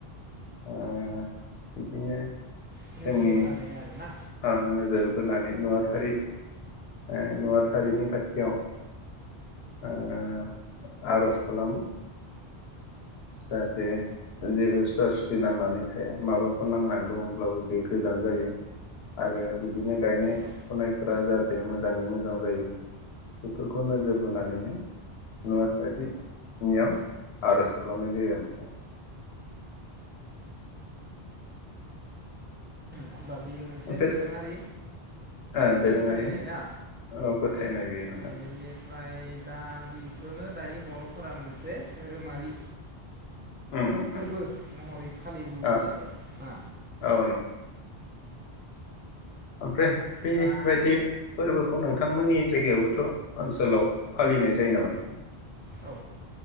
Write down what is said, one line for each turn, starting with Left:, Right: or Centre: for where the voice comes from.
Left: ओ बिदिनो
Right: नोजोर
Left: जोंनि
Right: बोनानै आरोना
Left: ओ नोजोर बोनानै नुवाथारि ओ नुवाथारिनि खाथियाव ओ आर'ज खालामो। जाहाथे जेबो सुवा सुथि नांनानै थाया माबाफोर नांनानै दङब्लाबो बे गोजान जायो आरो बिदिनो गायनाय
Right: औ
Left: फुनायफोरा जाहाथे मोजाङै मोजां जायो बेफोरखौ नोजोर बोनानैनो नुवारिनियाव आर'ज। खालामनाय जायो आरो नोंथां।
Right: होमबा बियो मोनसे
Left: ओमफ्राय
Right: दोरोङारि
Left: ओ दोरोङारि
Right: फोथायनाय ना
Left: ओ फोथायनाय बेयो नोंथां
Right: बेनिफ्राय दा बेखौनो दायो बर'फोरा मोनसे धोरोमारि
Left: उम उम
Right: फोरबो
Left: उम
Right: महरै फालिबोबाय
Left: आ
Right: आरो ना?
Left: औ ओफ्राय बेबायदि
Right: दा
Left: फोरबोखौनो नोंथांमोननि जायगायावबोथ ओनसोलाव फालिनाय जायो नामा नोंथां?
Right: औ